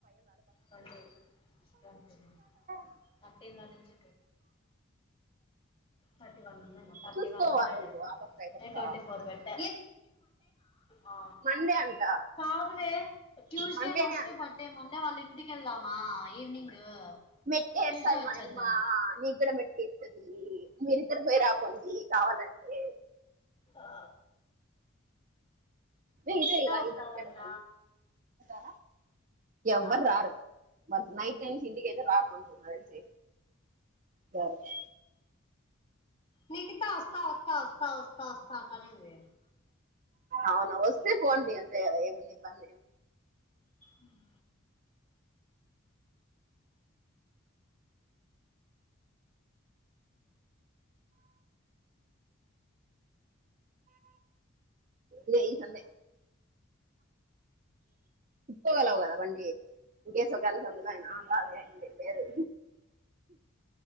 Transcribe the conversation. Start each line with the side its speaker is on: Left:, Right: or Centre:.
Left: ట్వంటీ ట్వంటీ
Right: <unintelligible>
Left: థర్టీన్ లో నుంచి థర్టీ వన్ ఉన్నాయి మొత్త్, థర్టీ
Right: చూసుకోవా
Left: వన్ ఉన్నాయిలే,
Right: నువ్వు ఆ పక్క ఈ పక్క
Left: నేను ట్వంటీ ఫోర్ పెట్ట. ఆ
Right: మండే అంట
Left: కాదువే, ట్యూస్డే
Right: మండేనే
Left: రోష్ని
Right: అంట
Left: బర్త్ డే. మండే వాళ్ళింట్ సిక్స్ కేల్దమా ఈవినింగ్.
Right: మేట్కాయ్
Left: ట్యూస్డే
Right: ఏస్తాది
Left: వచ్చేద్దాం
Right: మాయమ్మా, నీ కూడా మేట్కాయ్ ఇస్తది. మీర్ ఇద్దరు పోయి రాప్. <unintelligible> కావాలంటే.
Left: ఆ.
Right: ఏ ఇదే ఇగ
Left: వస్తాదంట
Right: <unintelligible> ఎవ్వరు
Left: ఆ
Right: రారు. మన్ నైట్ టైమ్స్ ఇంటికైతే రాకుండ్రి, నాకు తెలిసి జాగ్రత్త.
Left: నిఖిత వస్తా వస్తా వస్తా వస్తా వస్తా వస్తా అంటా అనింది.
Right: అవునా వస్తే ఫోన్ చేయి అంతేగద, ఏముంది ఇబ్బంది ఏం.
Left: ఉమ్.
Right: లే ఈ సండే. ఉప్పగలవ్ కదా బండి, నేన్ జేస్. సొకాల సొందులైన, ఆ అదే. లే వేరు.